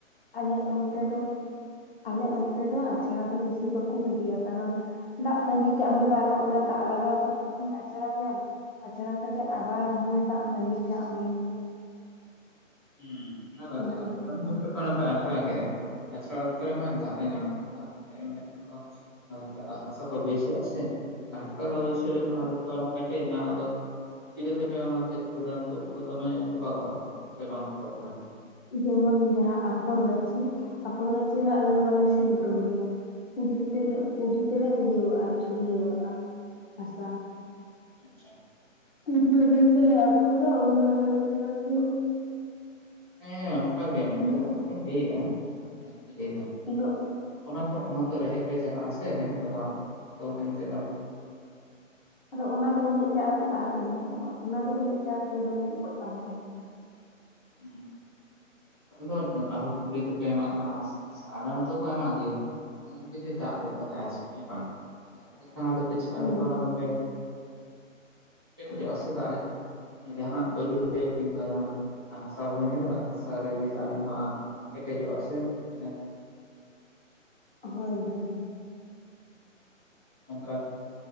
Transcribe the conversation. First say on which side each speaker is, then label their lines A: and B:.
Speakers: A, on the left; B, on the right.
A: ᱟᱞᱮ ᱚᱱᱛᱮ ᱫᱚ ᱟᱞᱮ ᱚᱱᱛᱮ ᱫᱚ ᱟᱪᱷᱟᱲᱟ ᱫᱚ ᱵᱤᱥᱤ ᱵᱟᱠᱩ ᱜᱤᱰᱤᱭᱟ ᱠᱟᱨᱚᱱ ᱫᱟᱜ ᱛᱟᱸᱜᱤ ᱠᱟᱜ ᱦᱩᱭᱩᱜᱼᱟ ᱟᱨᱚ ᱚᱱᱮ ᱫᱟᱜ ᱞᱟᱜᱟᱣ ᱠᱟᱛᱮᱫ ᱠᱤᱢ ᱟᱪᱷᱲᱟᱭᱟ ᱟᱪᱷᱲᱟ ᱠᱟᱛᱮᱫ ᱟᱵᱟᱨ ᱦᱟᱱᱮ ᱫᱟᱜ ᱛᱟᱝᱜᱤ ᱠᱟᱜ ᱢᱮ
B: ᱦᱩᱸ ᱚᱱᱟ
A: ᱚᱱᱮ ᱚᱱᱠᱟ
B: ᱦᱚᱸ ᱠᱟᱛᱷᱟ ᱠᱟᱱ ᱜᱮᱭᱟ <unintelligible> ᱟᱪᱷᱲᱟ ᱠᱮᱜ-ᱟ ᱟᱷᱲᱟ ᱚᱠᱛᱚ ᱨᱮ ᱢᱟᱭ ᱫᱟᱜ ᱮ ᱧᱟᱢ ᱠᱮᱜ-ᱟ ᱫᱟᱜ ᱮᱢ ᱞᱮᱠᱷᱟᱱ ᱫᱚ ᱦᱟᱛᱟᱜ ᱦᱟᱥᱟ ᱛᱚ ᱵᱟᱹᱥᱟᱹᱜ-ᱟ ᱥᱮ ᱟᱨ ᱦᱟᱥᱟ ᱫᱚ ᱵᱟᱭᱥᱟᱣ ᱞᱮᱠᱷᱟᱱ ᱟᱫᱚ ᱛᱚᱞᱟ ᱛᱮ ᱴᱮᱡ ᱱᱟ ᱟᱫᱚ ᱪᱤᱠᱟᱹᱛᱮ ᱯᱮ ᱚᱱᱟ ᱯᱮ ᱛᱳᱫᱟ ᱛᱳᱫ ᱠᱚ ᱫᱚᱢᱮ ᱛᱚᱵᱟᱜᱚᱣᱟ ᱛᱚ ᱥᱮ ᱵᱟᱝ ᱛᱚᱯᱟᱜ ᱵᱟᱲᱟᱜ-ᱟ᱾
A: ᱡᱮᱢᱚᱱ ᱡᱟᱦᱟᱸ ᱟᱯᱷᱚᱨ ᱜᱟᱹᱪᱷᱤ ᱟᱯᱷᱚᱨ ᱜᱟᱹᱪᱷᱤ ᱢᱟ ᱟᱞᱮ ᱫᱚ ᱵᱟᱞᱮ ᱥᱤ ᱦᱚᱴᱚᱱ ᱜᱮᱭᱟ ᱠᱩᱫᱤ ᱛᱮᱞᱮ ᱠᱩᱰᱤ ᱛᱮᱞᱮ ᱤᱭᱟᱹᱣᱟᱜ-ᱟ ᱪᱷᱩᱲᱭᱟᱹᱣᱟᱜ-ᱟ᱾ ᱦᱟᱥᱟ
B: ᱟᱪᱪᱷᱟ
A: ᱛᱤᱱ ᱵᱟᱡᱮ ᱛᱮᱞᱮ ᱟᱯᱷᱚᱨᱟ ᱩᱱ <unintelligible> ᱫᱚ
B: ᱦᱮᱸ ᱚᱱᱠᱟᱜᱮ ᱚᱱᱠᱟᱜᱮ
A: ᱩᱱᱟᱹᱜ
B: ᱚᱱᱟᱱᱟᱜ ᱞᱟᱹᱭᱮᱜ-ᱟ ᱚᱱᱟ ᱞᱟᱹᱭᱫᱟ
A: ᱩᱱᱟᱹᱜ
B: ᱚᱱᱟ ᱛᱚ ᱚᱱᱟ ᱛᱚ ᱨᱮᱦᱮᱫ ᱜᱮ ᱪᱟᱞᱟᱜ ᱟ ᱥᱮ ᱨᱮᱦᱮᱫᱚᱜ-ᱟ ᱛᱚ ᱮᱱᱛᱮ ᱫᱚ
A: ᱟᱫᱚ ᱚᱱᱟ ᱫᱚ ᱩᱱᱟᱹᱜ ᱪᱟᱬ ᱫᱚ ᱵᱟᱝ ᱨᱮ ᱵᱷᱚᱜ-ᱟ ᱚᱱᱟ ᱫᱚ ᱩᱱᱟᱹᱜ ᱪᱟᱬ ᱫᱚᱢᱮ ᱦᱚᱯᱚᱫ ᱵᱟᱝ ᱨᱮᱷ-ᱟ᱾
B: ᱦᱩᱸ ᱟᱫᱚ ᱟᱨᱦᱚᱸ ᱠᱩᱞᱤ ᱛᱮᱯᱮ ᱮᱢᱟᱜ ᱠᱟᱱᱟ ᱦᱟᱥᱟ ᱟᱞᱮ ᱦᱚᱸᱛᱚ ᱠᱚ ᱮᱢᱟᱜ ᱜᱮᱭᱟ᱾ ᱟᱫᱚ ᱡᱩᱫᱤ ᱫᱟᱜ ᱜᱚᱫ ᱠᱟᱛᱟᱭ ᱟ ᱦᱮᱸ ᱵᱟᱝ ᱫᱟᱜ ᱞᱮᱠᱷᱟᱱ ᱪᱮᱠᱟᱛᱮ
A: ᱦᱮᱸ
B: ᱚᱱᱟ ᱪ ᱦᱤᱡᱚᱜ-ᱟ ᱥᱮ ᱫᱟᱜ ᱞᱮᱠᱷᱟᱱ᱾ ᱡᱟᱦᱟᱱᱟᱜ ᱵᱟᱹᱞᱤ ᱨᱮ ᱠᱤᱵᱟ ᱡᱟᱦᱱᱟᱜ ᱦᱟᱥᱟ ᱵᱚᱱ ᱧᱮᱞ ᱠᱟᱜ-ᱟ ᱦᱟᱥ ᱨᱮ ᱡᱩᱫᱤ ᱫᱟᱜ ᱮᱢᱟᱜ-ᱟ ᱠᱮᱴᱮᱡᱚᱜ-ᱟ ᱥᱮ ᱢᱟᱱᱮ
A: ᱦᱳᱭ ᱦᱳᱭ
B: ᱚᱱᱠᱟ